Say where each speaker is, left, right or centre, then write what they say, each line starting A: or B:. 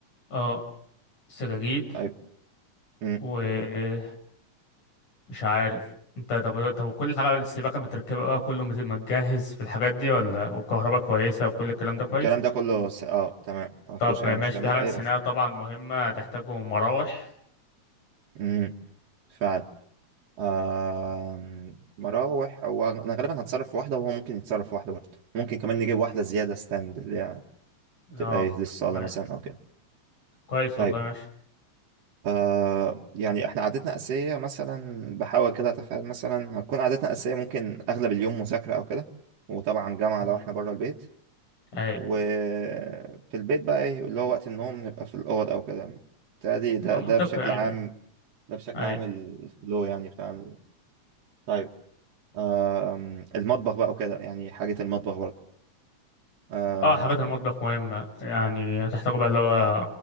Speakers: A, on the left; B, on the right.
A: آه، سجاجيد
B: طيب م.
A: ومش عارف انت طب طب كل حاجة السباكة متركبة بقى كله مت- متجهز في الحاجات دي ولا والكهرباء كويسة وكل الكلام ده كويس
B: الكلام ده كله س... أه تمام مفهوش
A: طب
B: أي
A: ماشي
B: مشكلة
A: في حاجة
B: إيه
A: نسيناها
B: ف-
A: طبعا مهمة هتحتاجهم مراوح
B: م. فعلا آه... مراوح هو أنا غالبا هتصرف في واحدة وهو ممكن يتصرف في واحدة برضه ممكن كمان نجيب واحدة زيادة ستاند اللي هي
A: اه
B: تبقى إيه للصالة
A: طب كويس
B: مثلا أو كده
A: كويس
B: طيب
A: والله ماشي
B: آه يعني احنا عادتنا أساسية مثلا بحاول كده أتخيل مثلا هتكون عادتنا أساسية ممكن أغلب اليوم مذاكرة أو كده وطبعا جامعة
A: مم.
B: لو احنا بره البيت
A: اي
B: وفي البيت بقى إيه اللي هو وقت النوم نبقى في الأوض أو كده تادي ده
A: ما منطقي
B: ده بشكل
A: يعني
B: عام ده بشكل
A: اي
B: عام الفلو يعني بتاع ال- طيب آم، المطبخ بقى وكده يعني حاجة المطبخ برضه آه،
A: اه حاجات المطبخ مهمة يعني هتحتاجوا بقى اللي هو